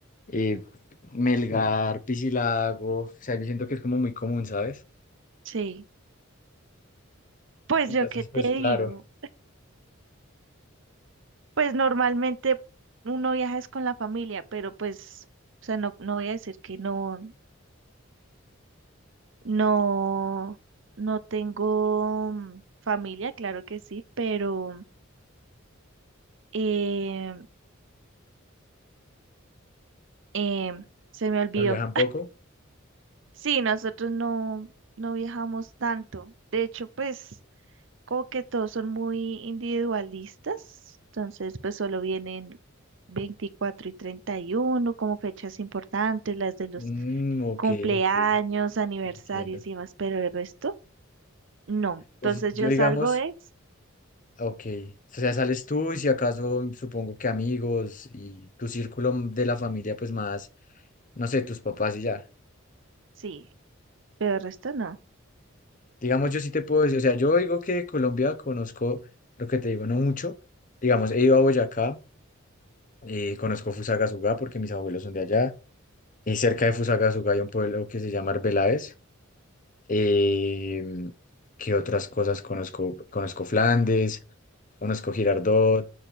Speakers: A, on the left; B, on the right.
A: eh, Melgar, Piscilago, o sea, yo siento que es como muy común, ¿sabes?
B: Sí, pues
A: Entonces,
B: yo qué te
A: pues
B: digo,
A: claro,
B: pues normalmente uno viaja es con la familia, pero pues, o sea, no, no voy a decir que no, No, no tengo mm, familia, claro que sí, pero eh, eh, se me olvidó.
A: ¿lo viajan poco?
B: Sí, nosotros no, no viajamos tanto. De hecho, pues como que todos son muy individualistas, entonces pues solo vienen 24 y 31 como fechas importantes, las de los
A: Mm, ok,
B: cumpleaños,
A: ok,
B: aniversarios
A: entiendo.
B: y demás, pero el resto no. Entonces
A: Pues yo,
B: yo
A: digamos,
B: salgo es,
A: ok, o sea, sales tú y si acaso, supongo que amigos y tu círculo de la familia, pues más no sé, tus papás y ya.
B: sí, pero el resto no.
A: Digamos, yo sí te puedo decir, o sea, yo digo que Colombia conozco, lo que te digo, no mucho. Digamos, he ido a Boyacá, eh, conozco Fusagasugá porque mis abuelos son de allá, y cerca de Fusagasugá hay un pueblo que se llama Arbeláez. Eh, ¿qué otras cosas conozco? Conozco Flandes, conozco Girardot,